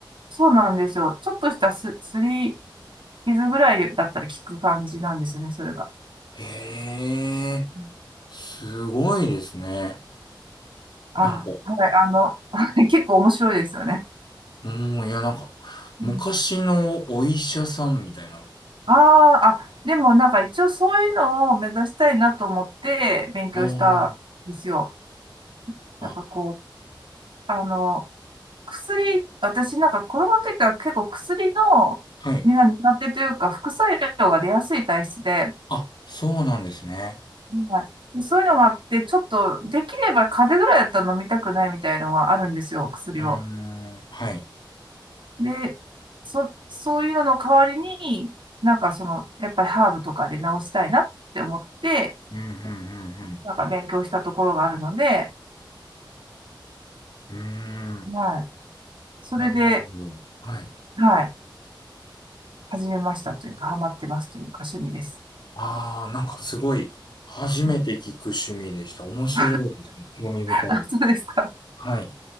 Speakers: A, on the right; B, on the left.
A: そうなんですよ。ちょっとしたす、すり傷ぐらいだったら効く感じなんですね、それが。
B: ええ
A: うん
B: すごいですね。
A: あ、
B: なんか、
A: はい、あの、<laughs> 結構面白いですよね。
B: うん、いや、なんか、昔のお医者さんみたいな。
A: うんああ、あ、でもなんか一応そういうのを目指したいなと思って勉強したんですよ。
B: あーあ、
A: なんかこう、あの、薬、私なんか子供の時から結構薬の、
B: はい。
A: 目が苦手というか副作用が出やすい体質で、
B: あ、そうなんですね。
A: はいでそういうのがあって、ちょっと、できれば風邪ぐらいだったら飲みたくないみたいのがあるんですよ、薬を。
B: うーん、はい。
A: で、そ、そういうのの代わりに、なんかその、やっぱりハーブとかで治したいなって思って、
B: うん、うん、
A: なんか勉強したところがあるので、
B: うん、うん。うーん、
A: はい。それで、
B: なるほど。はい。
A: はい。始めましたというか、ハマってますというか、趣味です。
B: ああ、なんかすごい、初めて聞く趣味でした。
A: うん。
B: 面白いですね。
A: <laughs>
B: 興味深いです。
A: あ、そうですか。
B: はい。